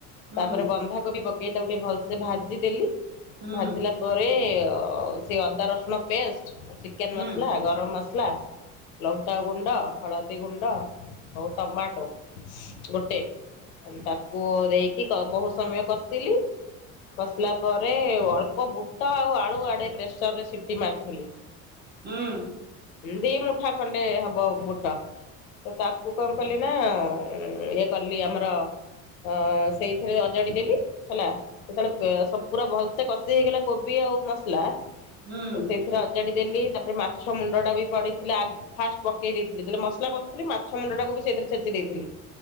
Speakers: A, on the right; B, on the left.
A: ହୁଁ
B: ତାପରେ ବନ୍ଧାକୋବି ପକେଇ ତାକୁ ଟିକେ ଭଲସେ ଭାଜିଦେଲି
A: ହୁଁ
B: ଭାଜିଲା ପରେ ଆ ସେ ଅଦା ରସୁଣ ପେଷ୍ଟ ଚିକେନ
A: ହୁଁ
B: ମସଲା ଗରମ ମସଲା ଲଙ୍କାଗୁଣ୍ଡ, ହଳଦୀ ଗୁଣ୍ଡ ଆଉ ଟମାଟୋ। ଗୋଟେ ଅମ ତାକୁ ଦେଇକି କ ବହୁତ ସମୟ କଷିଲି। କଷିଲା ପରେ ଓ ଅଳ୍ପ ବୁଟ ଆଉ ଆଳୁ ଆଡେ ପ୍ରେସର ରେ ସିଟି ମାରିଥିଲି।
A: ହୁଁ।
B: ଦି ମୁଠା ଖଣ୍ଡେ ହବ ବୁଟ ତ ତାକୁ କଣ କଲି ନା। ଅ ଇଏ କଲି ଆମର ଅ ସେଇଥିରେ ଅଜାଡି ଦେଲି। ହେଲା ଯେତେବେଳେ ପ ପୁରା ଭଲସେ କଷି ହେଇଗଲା କୋବି ଆଉ ମସଲା।
A: ହୁଁ ହୁଁ
B: ତ ସେଇଥିରେ ଅଜାଡି ଦେଲି ତାପରେ ମାଛ ମୁଣ୍ଡ ଟା ବି। ପଡ଼ିଥିଲା ଆ ଫାଷ୍ଟ ପକେଇ ଦେଇଥିଲି ଯେତେବେଳେ ମସଲା କସୁଥିଲି ମାଛ ମୁଣ୍ଡ ଟାକୁ ବି ସେଇଥିରେ ଛେଚି ଦେଇଥିଲି।